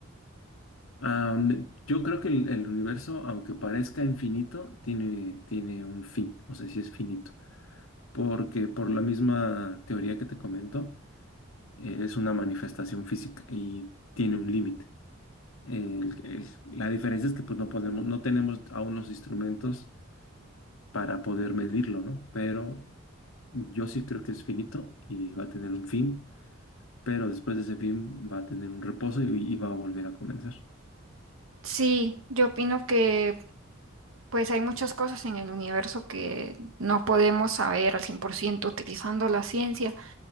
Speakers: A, on the left (about 75°); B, on the right (about 75°).
A: Am, yo creo que el, el universo, aunque parezca infinito, tiene, tiene un fin, o sea, sí es finito, porque por la misma teoría que te comento, eh, es una manifestación física y tiene un límite. El- el- la diferencia es que pues no podemos, no tenemos aún los instrumentos para poder medirlo, ¿no? Pero yo sí creo que es finito y va a tener un fin, pero después de ese fin va a tener un reposo y, y va a volver a comenzar.
B: Sí, yo opino que pues hay muchas cosas en el universo que no podemos saber al 100% utilizando la ciencia